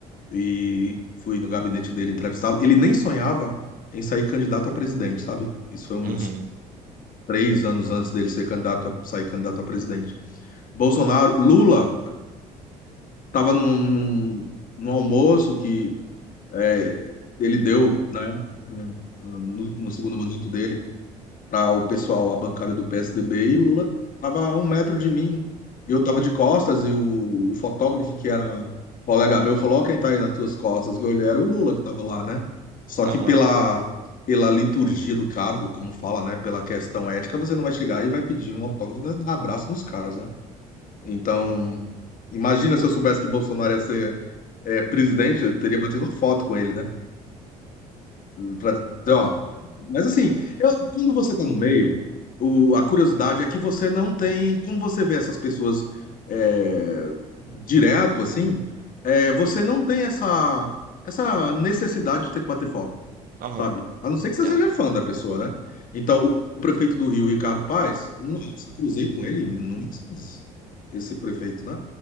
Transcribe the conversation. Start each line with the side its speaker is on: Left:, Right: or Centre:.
Left: e fui no gabinete dele entrevistá-lo. Ele nem sonhava em sair candidato a presidente, sabe? Isso foi uns
Right: uhum,
Left: três anos antes dele ser candidato a, sair candidato a presidente. Bolsonaro, Lula estava num, num, num almoço que é, ele deu, né, no, no segundo mandato dele, para o pessoal, a bancada do PSDB, e o Lula estava a um metro de mim. Eu estava de costas e o, o fotógrafo, que era colega meu, falou: Ó, quem está aí nas tuas costas? Que eu olhei, era o Lula que estava lá, né? Só
Right: aham,
Left: que pela, pela liturgia do cargo, como fala, né, pela questão ética, você não vai chegar e vai pedir um autógrafo, né, dar abraço nos caras, né? Então, imagina se eu soubesse que Bolsonaro ia ser é, presidente, eu teria batido uma foto com ele, né? Pra dizer, ó. Mas assim, eu- quando você tá no meio, o- a curiosidade é que você não tem. Como você vê essas pessoas é, direto, assim, é, você não tem essa, essa necessidade de ter que bater foto
Right: aham.
Left: sabe? A não ser
Right: Entendo.
Left: que você seja fã da pessoa, né? Então, o prefeito do Rio, Ricardo Paes, nossa, cruzei com ele inúmeras vezes, esse prefeito, né?